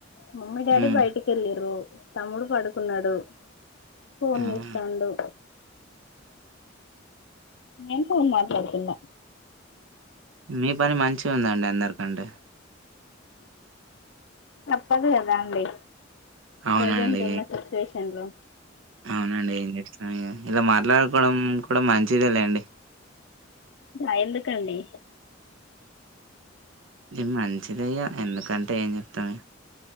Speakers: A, on the left; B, on the right.
A: మమ్మీ డాడి
B: హ్మ్
A: బయటికి వెళ్లిరు తమ్ముడు పడుకున్నాడు ఫోన్
B: అవునా
A: చూస్తాండు నేను ఫోన్ మాట్లాతున్నా
B: మీ పని మంచి ఉందండి అందరికంటే
A: తప్పదు కదా అండి
B: అవునండి
A: ప్రజెంట్ ఉన్న సిచ్యువేషన్ లో
B: అవునండి ఏం చేస్తాం ఇలా మాట్లాడుకోవడం కూడా మంచిదే లేండి
A: ఆ ఎందుకండి
B: ఇది మంచిదయ్యా ఎందుకంటే ఏం చెప్తాం ఇగ